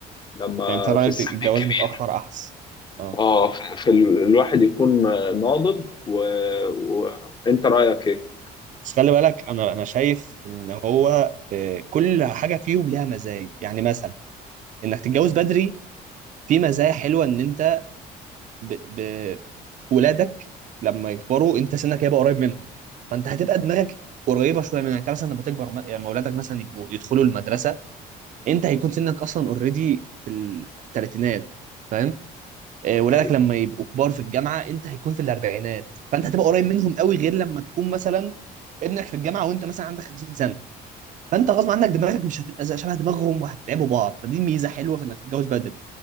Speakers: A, on the left (about 25°); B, on the right (about 50°).
A: لما
B: يعني انت رايك
A: في السن
B: الجواز
A: الكبير
B: متاخر احسن اه
A: اه في في ال- الواحد يكون ناضج و- وانت رأيك ايه؟
B: بس خلي بالك انا انا شايف ان هو آه، كل حاجه فيهم ليها مزايا يعني مثلا انك تتجوز بدري في مزايا حلوه ان انت ب... ب... ولادك لما يكبروا انت سنك هيبقى قريب منهم فانت هتبقى دماغك قريبه شويه منك يعني انت مثلا لما تكبر م- يعني لما ولادك مثلا يبقوا يدخلوا المدرسه انت هيكون سنك اصلا اوريدي في الثلاثينات فاهم آه، ولادك
A: أيوة،
B: لما يبقوا كبار في الجامعه انت هيكون في الاربعينات فانت هتبقى قريب منهم قوي غير لما تكون مثلا ابنك في الجامعه وانت مثلا عندك 50 سنه فانت غصب عنك دماغك مش هتبقى زي- شبه دماغهم وهتتعبوا بعض فدي ميزه حلوه في انك تتجوز بدري